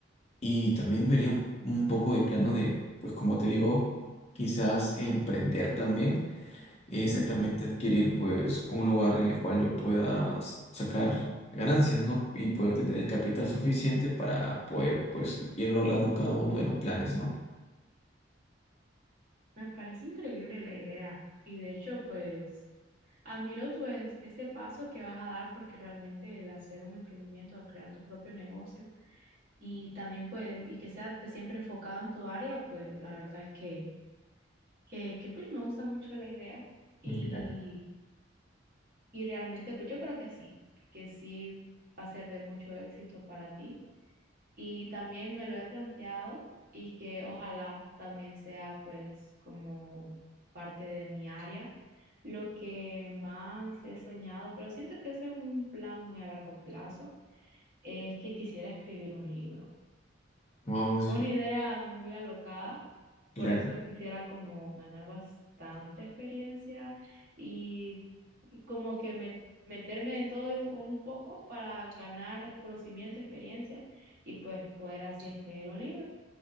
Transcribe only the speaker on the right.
Ujú.
Me parece increíble la idea y de hecho pues admiro pues ese paso que vas a dar porque realmente el hacer un emprendimiento, al crear tu propio negocio y también pues, y que sea pues siempre enfocado en tu área, pues la verdad es que, que, que pues me gusta mucho la idea y,
y realmente pues yo creo que sí, que sí va a ser de mucho éxito para ti y también me lo he planteado y que ojalá también sea pues como parte de mi área. Lo que más he soñado, pero siento que ese es un plan muy a largo plazo, es que quisiera escribir un libro.
Es
una idea muy alocada,
por eso quisiera como ganar bastante experiencia y como que me- meterme en todo de un, un poco para ganar conocimiento, experiencia y pues poder así escribir un libro.